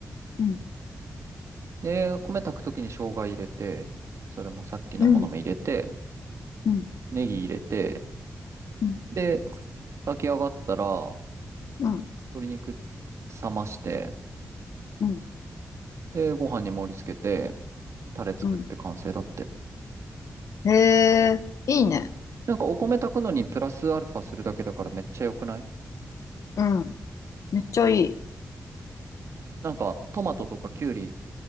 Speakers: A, on the left; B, on the right.
A: うん、
B: で、米炊くときに生姜入れて、それもさっきのものも入れて、
A: うん、うん、
B: ネギ入れて、
A: うん、
B: で、炊き上がったら、
A: うん、
B: 鶏肉冷まして、
A: うん。
B: で、ご飯に盛り付けて、タレ作って完成だって。
A: うんへえ、いいね。
B: なんかお米炊くのにプラスアルファするだけだからめっちゃ良くない
A: うん。めっちゃいい。
B: なんかトマトとかキュウリ